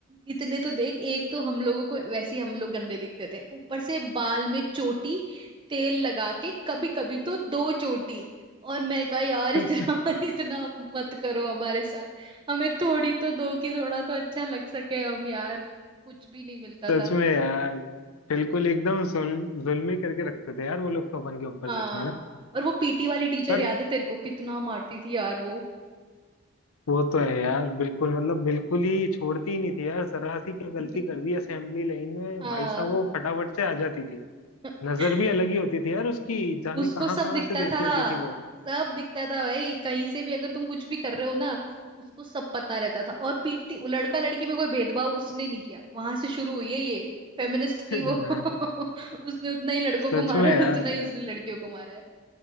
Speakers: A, on the right (about 25°); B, on the left (about 85°).
A: इतने तो देख एक तो हम लोगों को वैसे ही हम लोग गंदे दिखते थे ऊपर से बाल में चोटी तेल लगा के कभी कभी तो दो चोटी और मैंने कहा यार
B: <laughs>
A: इतना <laughs> इतना मत करो हमारे साथ हमें थोड़ी तो दो की थोड़ा तो अच्छा लग सके हम यार कुछ भी नहीं मिलता
B: सच
A: था
B: में यार बिल्कुल एकदम जुल- जुल्म ही करके रखते थे यार वो लोग तो अपन के ऊपर
A: हाँ
B: सच में ना
A: और वो पीटी वाली टीचर
B: पर
A: याद है तेरे को कितना मारती थी यार वो
B: वो तो है यार बिल्कुल मतलब बिल्कुल ही छोड़ती ही नहीं थी यार जरा सी क्या गलती
A: <laughs>
B: कर दी असेंबली लाइन में
A: हाँ
B: भाई साहब वो फटाफट से आ जाती थी
A: <laughs>
B: नजर भी अलग ही होती थी यार उसकी जाने
A: उसको
B: कहाँ
A: सब
B: कहाँ
A: दिखता
B: से देख
A: था
B: लेती थी वो
A: सब दिखता था भाई कहीं से भी अगर तुम कुछ भी कर रहे हो ना उसको सब पता रहता था और पीटती लड़का लड़की में कोई भेदभाव उसने नहीं किया वहां से शुरू हुई है ये फेमिनिस्ट
B: <laughs>
A: थी वो <laughs> उसने उतना ही लड़कों
B: सच
A: को मारा
B: में
A: है
B: यार
A: उतना ही उसने लड़कियों को मारा है